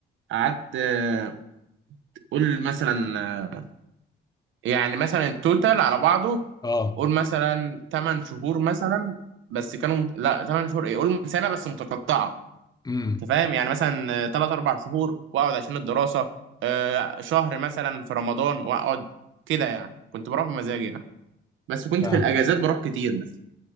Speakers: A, on the right (about 80°); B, on the left (about 20°).
A: قعدت آه، قول مثلا آه، يعني مثلا التوتال على بعضه
B: اه
A: قول مثلا 8 شهور مثلا بس كانوا لا 8 شهور ايه قول سنه بس متقطعه
B: امم
A: انت فاهم يعني مثلا ثلاث اربع شهور واقعد عشان الدراسه آه، شهر مثلا في رمضان واقعد كده يعني كنت بروح بمزاجي يعني بس كنت
B: فاهم
A: في الاجازات بروح كتير مثلا